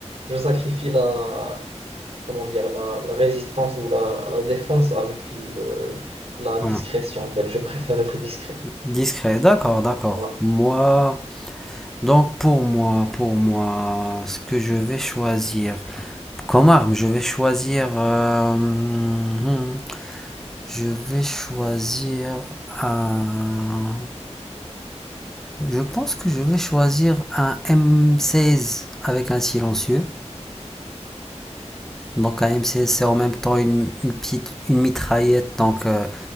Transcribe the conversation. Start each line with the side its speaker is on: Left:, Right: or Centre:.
Right: je sacrifie la, comment dire, la, la résistance ou la, la défense avec le, la discrétion,
Centre: ouais,
Right: en fait. Je préfère être discret.
Centre: discret, d'accord, d'accord.
Right: Ouais.
Centre: Moi, donc pour moi, pour moi, ce que je vais choisir comme arme, je vais choisir. euh, hum, Je vais choisir un. Je pense que je vais choisir un M16 avec un silencieux. Donc un M16 c'est en même temps une, une petite une mitraillette donc euh,